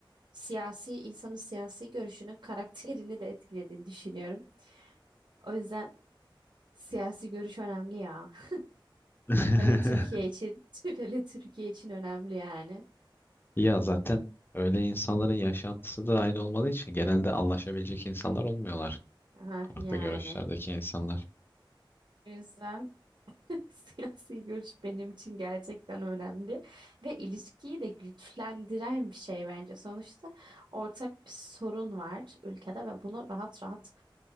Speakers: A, on the right; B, on the left.
A: siyasi insanın siyasi görüşünün karakterini de etkilediğini düşünüyorum. O yüzden siyasi görüş önemli ya. <laughs>
B: <laughs>
A: Hele Türkiye için, <laughs> hele Türkiye için önemli yani.
B: Ya zaten öyle insanların yaşantısı da aynı olmadığı için genelde anlaşabilecek insanlar olmuyorlar.
A: Aha,
B: Farklı
A: yani.
B: görüşlerdeki insanlar.
A: O yüzden <laughs> Siyasi görüş benim için gerçekten önemli ve ilişkiyi de güçlendiren bir şey bence. Sonuçta ortak bir sorun var ülkede ve bunu rahat rahat